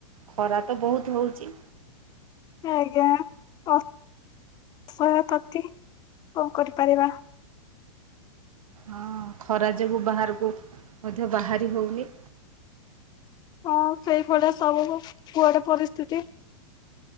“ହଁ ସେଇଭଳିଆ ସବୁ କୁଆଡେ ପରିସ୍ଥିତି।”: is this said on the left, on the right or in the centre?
Left